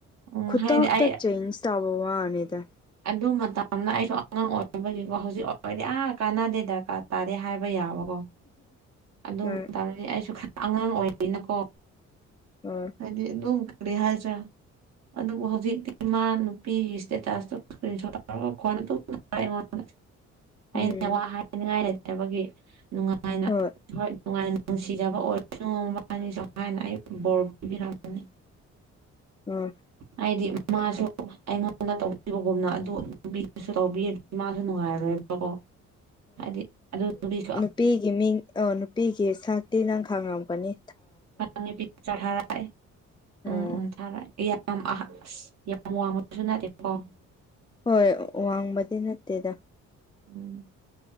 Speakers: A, on the right (about 60°); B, on the left (about 15°).
A: ꯎꯝ
B: ꯈꯨꯇꯥꯛꯇ
A: ꯍꯥꯏꯗꯤ ꯑꯩ
B: ꯆꯦꯟꯖ ꯇꯧꯕ ꯋꯥꯅꯤꯗ
A: ꯑꯗꯨ ꯃꯇꯝꯗ ꯑꯩꯁꯨ ꯑꯉꯥꯡ ꯑꯣꯏꯕꯒꯤꯒꯣ ꯍꯧꯖꯤꯛ ꯑꯣꯏꯔꯗꯤ ꯑꯥ ꯀꯥꯟꯅꯗꯦ ꯗꯔꯀꯥꯔ ꯇꯥꯗꯦ ꯍꯥꯏꯕ ꯌꯥꯕꯀꯣ ꯑꯗꯨ
B: ꯍꯣꯏ
A: ꯃꯇꯝꯗꯗꯤ ꯑꯩꯁꯨ ꯈꯔ ꯑꯉꯥꯡ ꯑꯣꯏꯔꯤꯅꯀꯣ
B: ꯑ
A: ꯍꯥꯏꯗꯤ ꯑꯗꯨꯝ ꯀꯔꯤ ꯍꯥꯏꯁꯤꯔꯥ ꯑꯗꯨꯕꯨ ꯍꯧꯖꯤꯛꯇꯤ ꯃꯥ ꯅꯨꯄꯤꯒꯤ ꯁ꯭ꯇꯦꯇꯥꯁꯇꯣ ꯀ꯭ꯔꯤꯟꯁꯣꯠ ꯂꯧꯔꯒ ꯈꯣꯟ ꯑꯗꯨꯝ ꯑꯩꯉꯣꯟꯗ
B: ꯎꯝ
A: ꯑꯩꯅ ꯋꯥ ꯍꯥꯏ ꯍꯥꯏꯅꯤꯉꯥꯏ ꯂꯩꯇ꯭ꯔꯕꯒꯤ ꯅꯨꯡꯉꯥꯏ
B: ꯍꯣꯏ
A: ꯍꯣꯏ ꯅꯨꯡꯉꯥꯏ ꯅꯨꯡꯁꯤꯖꯕ ꯑꯣꯏꯁꯅꯨ ꯃꯕꯥꯅꯤꯁꯨ ꯍꯥꯏꯅ ꯑꯩ ꯕꯣꯔ ꯄꯤꯕꯤꯔꯝꯕꯅꯤ
B: ꯎꯝ
A: ꯍꯥꯏꯗꯤ ꯃꯥꯁꯨ ꯑꯩꯉꯣꯟꯗ ꯇꯧꯕꯤꯕꯒꯨꯝꯅ ꯑꯗꯨ ꯅꯨꯄꯤꯗꯁꯨ ꯇꯧꯕꯤꯔꯗꯤ ꯃꯥꯁꯨ ꯅꯨꯡꯉꯥꯏꯔꯣꯏꯕ ꯀꯣ ꯍꯥꯏꯗꯤ ꯑꯗꯨ ꯅꯨꯄꯤꯁꯣ
B: ꯄꯤꯒꯤ ꯃꯤꯡ ꯑꯣ ꯅꯨꯄꯤꯒꯤ ꯁꯛꯇꯤ ꯅꯪ ꯈꯪꯔꯝꯒꯅꯤ
A: <inaudible> ꯊꯥꯔꯑꯦ
B: ꯑꯣ
A: ꯎꯝ ꯎꯝ ꯊꯔꯛꯑꯦ ꯌꯥꯝ ꯑꯍꯟ ꯑꯁ ꯌꯥꯝ ꯋꯥꯡꯕꯁꯨ ꯅꯠꯗꯦꯀꯣ
B: ꯍꯣꯏ ꯋꯥꯡꯕꯗꯤ ꯅꯠꯇꯦꯗ
A: ꯎꯝ